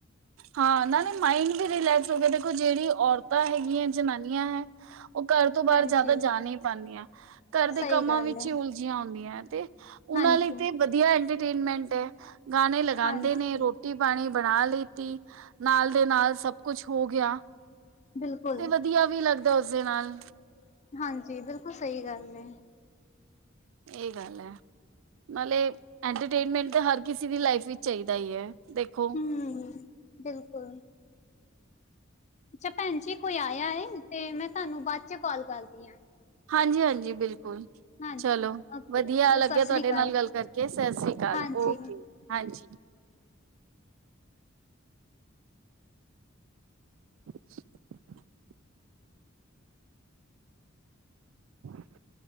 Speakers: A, on the right; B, on the left.
A: ਹਾਂ ਨਾਲੇ ਮਾਇੰਡ ਵੀ ਰਿਲੈਕਸ ਹੋ ਗਿਆ ਦੇਖੋ ਜਿਹੜੀ ਔਰਤਾਂ ਹੈਗੀਆਂ ਜਨਾਨੀਆਂ ਹੈ। ਉਹ ਘਰ ਤੋਂ ਬਾਹਰ
B: ਹਾਂਜੀ
A: ਜ਼ਿਆਦਾ ਜਾ ਹੀ ਪਾਉਂਦੀਆਂ ਨੇ ਘਰ ਦੇ
B: ਸਹੀ
A: ਕੰਮਾਂ
B: ਗੱਲ
A: ਵਿੱਚ
B: ਹੈ
A: ਹੀ ਜਿਆਦਾ ਉਲਜ ਉਲਝੀਆਂ ਹੁੰਦੀਆਂ ਤੇ ਉਹਨਾ
B: ਹਾਂਜੀ
A: ਲਈ ਤੇ ਵਧੀਆ ਇੰਟਰਟੇਨਮੈਂਟ ਏ। ਗਾਣੇ ਲਗਾਉਂਦੇ
B: ਹਾਂਜੀ
A: ਨੇ ਰੋਟੀ ਪਾਣੀ ਬਣਾ ਲਈ ਨਾਲ ਦੇ ਨਾਲ ਸਭ ਕੁਛ ਹੋ ਗਿਆ।
B: ਬਿਲਕੁਲ
A: ਤੇ ਵਧੀਆ ਵੀ ਲੱਗਦਾ ਉਸਦੇ ਨਾਲ
B: ਹਾਂਜੀ ਬਿਲਕੁਲ ਸਹੀ ਗੱਲ ਏ।
A: ਇਹ ਗੱਲ ਐ। ਨਾਲੇ ਐਂਟਰਟੇਨਮੈਂਟ ਤਾਂ ਹਰ ਕਿਸੇ ਦੀ ਲਾਈਫ ਵਿੱਚ ਚਾਹੀਦਾ ਹੀ ਹੈ ਦੇਖੋ।
B: ਹੂੰ ਬਿਲਕੁਲ ਅੱਛਾ ਭੈਣ ਜੀ ਕੋਈ ਆਇਆ ਹੈ ਤੇ ਮੈਂ ਤੁਹਾਨੂੰ ਬਾਅਦ 'ਚ ਕਾਲ ਕਰਦੀ ਆਂ।
A: ਹਾਂਜੀ-ਹਾਂਜੀ ਬਿਲਕੁਲ
B: ਹਾਂਜੀ
A: ਚਲੋ
B: ਓਕੇ
A: ਵਧੀਆ
B: ਚਲੋ
A: ਲੱਗਿਆ
B: ਸਤਿ
A: ਤੁਹਾਡੇ
B: ਸ੍ਰੀ ਅਕਾਲ
A: ਨਾਲ ਗੱਲ ਕਰਕੇ ਸਤਿ ਸ੍ਰੀ ਅਕਾਲ
B: ਹਾਂਜੀ
A: ਓਕੇ ਹਾਂਜੀ। <inaudible> <inaudible>